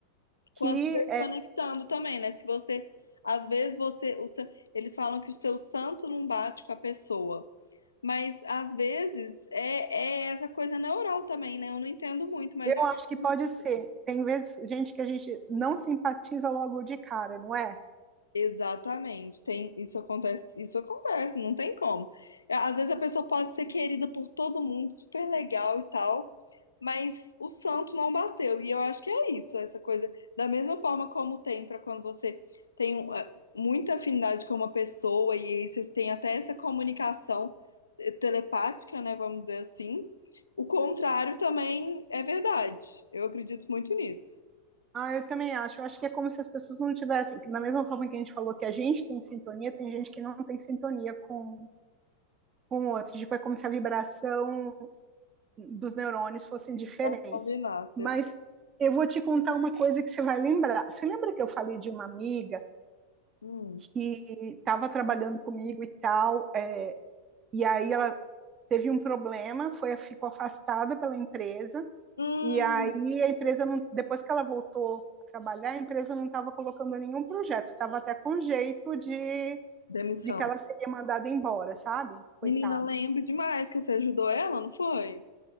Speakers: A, on the right; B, on the left.
A: que
B: Quanto desconectando também, né? Se você, às vezes você, o seu- eles falam que o seu santo não bate com a pessoa, mas às vezes é, é essa coisa neural também, né? Eu não entendo muito, mas
A: Eu
B: eu
A: acho
B: acho
A: que
B: muito.
A: pode ser. Tem vezes, gente, que a gente não simpatiza logo de cara, não é?
B: Exatamente, tem, isso acontece, isso acontece, não tem como. É, Às vezes a pessoa pode ser querida por todo mundo, super legal e tal, mas o santo não bateu. E eu acho que é isso, essa coisa, da mesma forma como tem para quando você tem um, é, muita afinidade com uma pessoa e aí vocês têm até essa comunicação eh, telepática, né, vamos dizer assim. O contrário também é verdade. Eu acredito muito nisso.
A: Ah, eu também acho. Eu acho que é como se as pessoas não tivessem. Da mesma forma que a gente falou que a gente tem sintonia, tem gente que não tem sintonia com, com o outro. Tipo, é como se a vibração dos neurônios fossem diferentes.
B: Então, combinar. vocês-
A: Mas eu vou te contar uma coisa que você vai lembrar. Você lembra que eu falei de uma amiga
B: Hum.
A: que estava trabalhando comigo e tal, é, e aí ela teve um problema, foi, ficou afastada pela empresa,
B: Hum.
A: E aí a empresa não, depois que ela voltou a trabalhar, a empresa não estava colocando nenhum projeto, estava até com jeito de,
B: Demissão.
A: de que ela seria mandada embora, sabe? Coitada.
B: Menina, lembro demais que você ajudou ela, não foi?